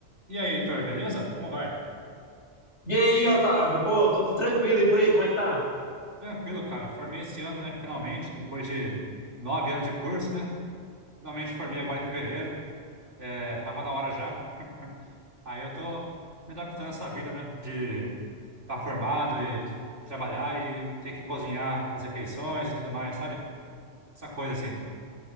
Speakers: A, on the right (about 90°); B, on the left (about 80°).
A: E aí, Heitor, beleza? Como vai?
B: E aí, Otávio? Pô, tudo tranquilo e por aí, como é que tá?
A: Tranquilo, cara. Formei esse ano, né? Finalmente, depois de nove anos de curso, né? Finalmente formei agora em fevereiro. É, tava na hora já. Aí eu tô me adaptando a essa vida, né? De estar tá formado e trabalhar e ter que cozinhar as refeições e tudo mais, sabe? Essa coisa assim.